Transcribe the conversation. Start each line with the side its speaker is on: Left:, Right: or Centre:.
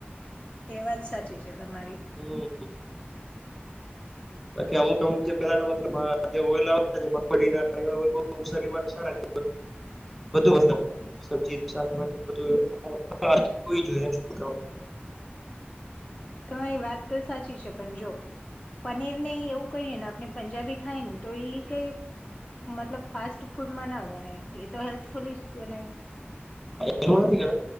Left: એ વાત સાચી છે તમારી.
Centre: હમ. બાકી અમુક અમુક જે પેલાના મતલબ જે ઓલા <unintelligible> બો શરિર માટે સારા બધું મતલબ
Left: હમ.
Centre: <unintelligible> શાકભાજી <unintelligible> જોઈએ. <unintelligible>
Left: તમારી વાત તો સાચી છે પણ જો પનીરને એવું કહીએ ને આપણે પંજાબી ખાય ને તો ઈ કઈ મતલબ ફાસ્ટ ફૂડમાં ના ગણાય એ તો હેલ્થફુલ જ ગણાય.
Centre: એ નથી